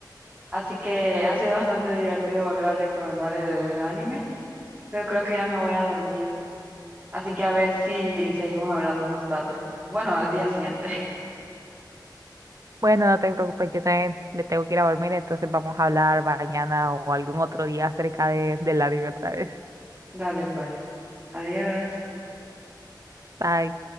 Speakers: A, on the right (about 15°); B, on the right (about 45°).
A: Así que ha sido bastante divertido volver a recordar el, el anime, pero creo que ya me voy a dormir. Así que a ver si seguimos hablando más tarde. Bueno, al día siguiente.
B: Bueno, no te preocupes, yo también me tengo que ir a dormir, entonces vamos a hablar mañana o algún otro día acerca de, del anime otra vez.
A: <laughs> Dale pues. Adiós.
B: Bye.